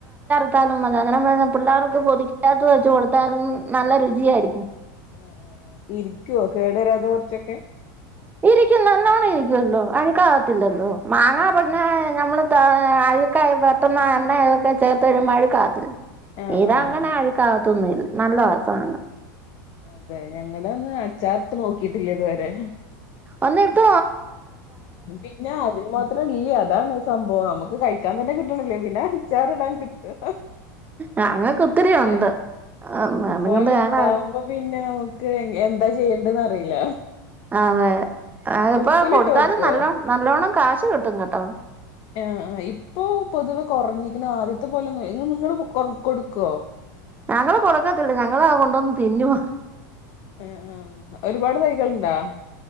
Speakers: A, on the right (about 15°); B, on the left (about 50°).
A: ത്താലും അത പിള്ളേർക്ക് പൊതിക്കാത്ത വെച്ച കൊടുത്താലും നല്ല രുചിയായിരിക്കും
B: ആ ആ ആ് ഇരിക്കുവോ കേടു വരാതെ കുറച്ചൊക്കെ
A: ഇരിക്കും നല്ലോണം ഇരിക്കുവല്ലോ അഴുക്ക ആകത്തില്ലല്ലോ മാങ്ങാ
B: ആഹ്
A: പടന്ന നമ്മള് അഴുക്കായി പെട്ടന്ന് എണ്തൊക്കെ ചേർത്ത് മഴ കാത്തില്ല
B: ആഹ്
A: ഇഏതാ
B: ആഹ്
A: അങ്ങനെ ആഴക്കാകത്തൊന്നുംല്ല നല്ല വസാണ്
B: അതെ ഞങ്ങടെ ഒന്ന് അച്ചാർട്ട് നോക്കിട്ടില്ലേ ഇതുവരെ
A: അന്ന ത
B: പിന്നെ അതിന് മാത്രംല്ലേ അതാണ് സംഭവം നമുക്ക് കഴിക്കാൻ തന്നെ കിട്ടണില്ലേ പിന്നെ ചാറടാം കിട്ട്
A: ഞങ്ങക്ക് ഒത്തിരി
B: ഇഷ്ട
A: ഉണ്ട്
B: ഇഷ്ടം
A: അതുകൊണ്ട്
B: പോലെ
A: ഞാൻ
B: ഉണ്ടാവുമ്പോ പിന്നെ നമുക്ക് എന്താ ചെയ്യേണ്ടന്ന് അറിയില്ല
A: അതെ അ ഇപ്പൊ
B: ഉപ്പിലിട്ട്
A: കൊടുത്താലും
B: വെക്കുവോ
A: നല്ലോണം നല്ലോണ്ണം കാശ് കിട്ടും കേട്ടോ
B: ആ ഇപ്പൊ പൊതുവെ കുറഞ്ഞിക്കുന്ന ആദ്യത്തെ പോലെന്ന നിങ്ങള് കൊ കൊടുക്കുവോ
A: ഞങ്ങള് കൊടുക്കത്തില്ല ഞങ്ങളെ കൊണ്ടൊന്ന് തിന്നു
B: ആ ആ ഒരുപാട് തൈകൾണ്ടാ